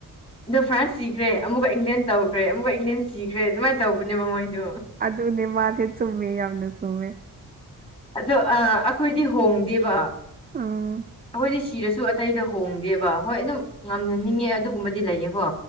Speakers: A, on the left; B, on the right.
A: ꯑꯗꯣ ꯐ꯭ꯔꯥꯟꯁ ꯁꯤꯈ꯭ꯔꯦ ꯑꯃꯨꯛꯀ ꯏꯪꯂꯦꯟ ꯇꯧꯈ꯭ꯔꯦ ꯑꯃꯨꯛꯀ ꯏꯪꯂꯦꯟ ꯁꯤꯈ꯭ꯔꯦ ꯑꯗꯨꯃꯥꯏꯅ ꯇꯧꯕꯅꯦꯕ ꯃꯣꯏꯗꯨ
B: ꯑꯗꯨꯅꯦ ꯃꯥꯗꯤ ꯆꯨꯝꯃꯦ ꯌꯥꯝꯅ ꯆꯨꯝꯃꯦ
A: ꯑꯗꯣ ꯑꯩꯈꯣꯏꯗꯤ ꯍꯣꯡꯗꯦꯕ
B: ꯎꯝ
A: ꯑꯩꯈꯣꯏꯗꯤ ꯁꯤꯔꯁꯨ ꯑꯇꯩꯗ ꯍꯣꯡꯗꯦꯕ ꯍꯣꯏ ꯑꯗꯨꯝ ꯉꯝꯍꯟꯅꯤꯡꯉꯦ ꯑꯗꯨꯒꯨꯝꯕꯗꯤ ꯂꯩꯌꯦꯀꯣ